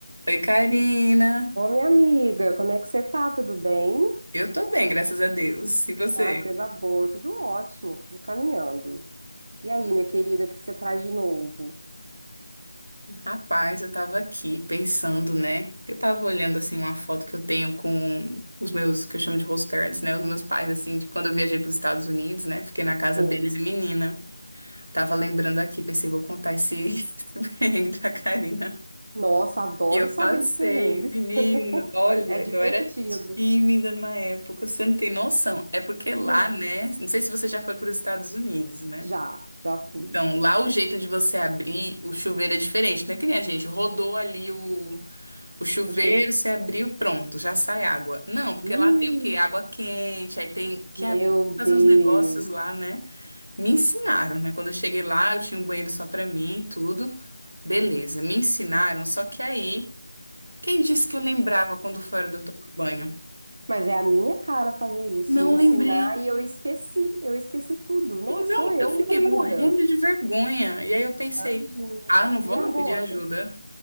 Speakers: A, on the right; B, on the right.
A: Oi, Karina.
B: Ô, minha amiga, como é que você tá? Tudo bem?
A: Eu tô bem, graças a Deus. E você?
B: Ai, coisa boa, tudo ótimo, tudo caminhando. E aí, minha querida, o que você traz de novo?
A: Rapaz, eu tava aqui pensando, né? Eu tava olhando assim uma foto que eu tenho com os meus, que eu chamo de host parents, né? Os meus pais, assim, de quando eu viajei para os Estados Unidos, né? Fiquei na casa
B: Sim.
A: deles e menina. Tava lembrando aqui, pensei, vou contar esse, <laughs> esse perrengue pra Karina.
B: Nossa, adoro
A: E eu
B: saber
A: passei,
B: de perrengues.
A: menina, olha,
B: É divertido.
A: eu era tímida na época, você não tem noção. É porque lá,
B: Não.
A: né? Não sei se você já foi para os Estados Unidos, né?
B: Já, já fui.
A: Então, lá o jeito de você abrir o chuveiro é diferente, não é que nem a gente, rodou ali o, o chuveiro,
B: O chuveiro.
A: você abriu, pronto, já sai água. Não, porque
B: Ih,
A: lá tem o quê? Água quente, aí tem que
B: meu
A: abrir, fazer
B: Deus.
A: uns negócios lá, né? Me ensinaram, né? Quando eu cheguei lá, eu tinha um banheiro só pra mim, e tudo. Beleza, me ensinaram, só que aí, quem disse que eu lembrava quando fora de eu tomar banho?
B: Mas é a minha cara fazer isso,
A: Não
B: me ensinar
A: lembrei.
B: e eu esqueci. Eu esqueci tudo. Nossa,
A: Não,
B: sou eu
A: eu fiquei
B: na vida.
A: morrendo de vergonha. E aí eu pensei,
B: Imagina.
A: ah, não vou
B: E
A: não
B: agora?
A: pedir ajuda.